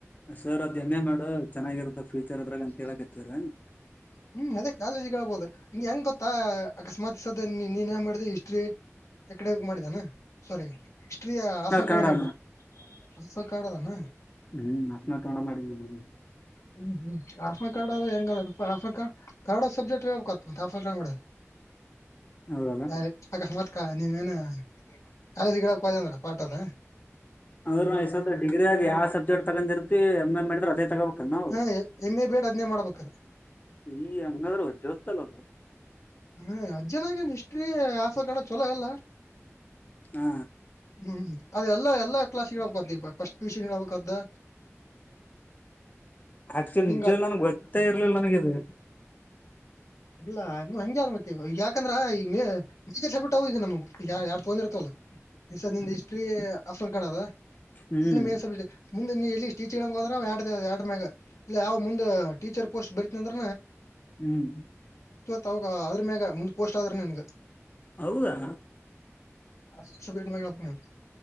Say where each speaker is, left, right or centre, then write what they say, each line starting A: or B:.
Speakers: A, on the left; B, on the left.
A: ಸರ್ ಅದ್ ಎಮ್ ಎ ಮಾಡ ಚೆನ್ನಾಗಿರುತ್ತೆ ಫ್ಯೂಚರ್ ಇದ್ರಾಗ ಅಂತ ಹೇಳಾಕತ್ತೀರ
B: ಹೂ ಅದೇ ಕಾಲೇಜ್ ಹೇಳ್ಬಹುದು ಹಿಂಗಗೆ ಹೆಂಗ್ ಗೊತ್ತಾ ಅಕಸ್ಮಾತ್ದ ಈ ಸದ್ ನೀನ್ ನೆನ್ನ ಮಾಡಿದೆ ಹಿಸ್ಟ್ರಿ ಎಕಾಡೆಮಿಕ್ ಮಾಡಿದ್ದೇನ ಸಾರಿ ಹಿಸ್ಟರಿ ಆಸನ ಕಾಲೇಜು
A: ಕನ್ನಡಾ
B: ಮಾಡಿದೆ ಸ್ವಲ್ ಕ ಆಡದಾನ <unintelligible>
A: ಹ್ಮ್ ಕನ್ನಡಾ ಮಾಡಿದ್ನಿ ನಾನು,
B: ಹ್ಮ್ ಹ್ಮ್ ಆತ್್ಮ ಕಾರ್ಡ ಹೆಂಗ <unintelligible> ಪ <unintelligible> ಕರಡ ಸಬ್ಜೆಕ್ಟ್ರಾಫ ಕ ಮಾಡೆ <unintelligible>
A: ಹೌದಲ್ಲಾ
B: ಯ ಅಕಸ್ಮತ್ <unintelligible> ನೀವೇನ ಕಾಲೇಜ್ಕ್ ವ ಅಂದ್ರ ಪಾಠದ
A: ಅಂದ್ರ ಡಿಗ್ರ ಆಗ ಯಾವ ಸಬ್ಜೆಕ್ಟ್ ತಗೊಂಡಿರ್ತಿ ಎ <unintelligible> ಎ ಮಾಡಿದ್ರ <inaudible> ಕನ್ನಾವ
B: ಹಾ ಎಮ್ ಎ ಬೇಡ್ ಅದ್ನೇ ಮಾಡ್ಬೇಕದ
A: ಈ ಹಂಗಾದ್ರೂಚ್ಚಿ ಗತ್ತಲ್ಲ ಒಂದು <unintelligible>
B: ಹ್ಮ ಅಜ್ಜನಾಗೇನ್ ಇಷ್ಟ್ರೀ ಆಸ ಕಣ ಚೊಲೋ ಎಲ್ಲ
A: ಹಾ
B: ಹ್ಮ್ ಅದೆಲ್ಲ ಎಲ್ಲ ಕ್ಲಾಸ್ ಹಬೇಕದ ಫಸ್ಟ ಪಿಯುಸಿ ಮ್ಮೆಲಕ್ ಮಾಡ್ದೆ
A: ಆಕ್ಚುಲಿ
B: ಹಿಂಗ
A: ನಿಜವಾಗಲೂ ನನಗೆ ಗೊತ್ತೇ ಇರ್ಲಿಲ್ಲ ನಂಗ್ ಗೊತ್ತೇ ಇರ್ಲಿಲ್ಲ ಇದು
B: ಇಲ್ಲ <unintelligible>
A: ಹ್ಮ್
B: ಮೇನ್ಸ <unintelligible> ಮುಂದೆ ನೀ ಎಲ್ಲಿ ಟೀಚರ್ಂಗ ಹೋದ್ರೆಡ ಆಡ್ಮ್ಯಾಗ ಇಲ್ಲ ಅವ್ ಮುಂದ ಟೀಚರ್ ಪೋಸ್ಟ್ ಬರಿತ ಅಂದ್ರ
A: ಹ್ಮ್
B: ತಾವಗ ಅದ್ರ ಮ್ಯಾಗ ಮುಂದ್ ಪೋಸ್ಟ್ ಆದ್ರ ನನ್ಗ
A: ಹೌದಾ
B: ಅ ಸೇಟ್ ಮ <unintelligible>